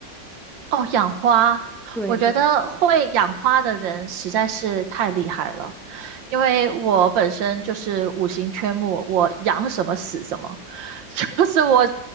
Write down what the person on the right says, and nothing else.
哦，养花，
我觉得会养花的人实在是太厉害了，因为我本身就是五行缺木，我养什么死什么，<laughs> 就是我，